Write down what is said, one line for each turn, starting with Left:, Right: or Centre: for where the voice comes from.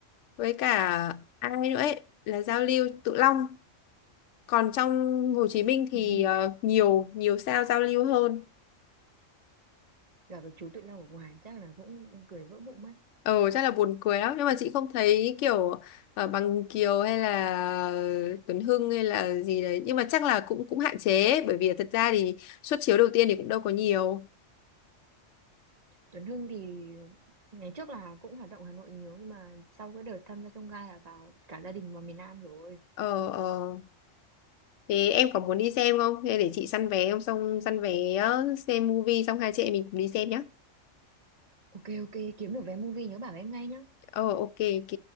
Left: với cả ai nữa ấy là giao lưu Tự Long còn trong Hồ Chí Minh thì
Right: <laughs>
Left: ờ, nhiều nhiều sao giao lưu hơn
Right: gặp được chú Tự Long ở ngoài chắc là cũng cười vỡ bụng mất
Left: ờ chắc là buồn cười lắm nhưng mà chị không thấy kiểu ờ, Bằng Kiều hay là Tuấn Hưng hay là gì đấy nhưng mà chắc là cũng cũng hạn chế ấy, bởi vì thật ra thì suất chiếu đầu tiên thì cũng đâu có nhiều
Right: Tuấn Hưng thì ngày trước là cũng hoạt động Hà Nội nhiều nhưng mà sau cái đợt tham gia trong gai là vào cả gia đình vào miền Nam rồi
Left: ờ ờ thế em có muốn đi xem không hay để chị săn vé không xong săn vé ờ, xem movie xong hai chị em mình cùng đi xem nhá
Right: ok ok kiếm được vé movie nhớ bảo em ngay nhá
Left: ờ ok ok